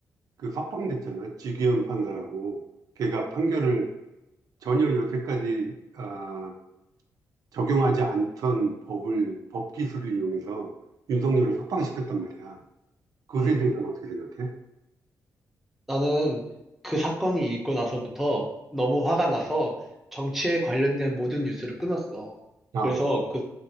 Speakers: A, on the right (about 70°); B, in the centre.
A: 그 석방됐잖아. 주기현 판사라고. 걔가 판결을 전혀 여태까지 아, 적용하지 않던 법을, 법 기술을 이용해서 윤석열을 석방시켰단 말이야. 그것에
B: 음.
A: 대해서는 어떻게 생각해?
B: 나는 그 사건이 있고 나서부터 너무 화가 나서 정치에 관련된 모든 뉴스를 끊었어.
A: 아,
B: 그래서 그,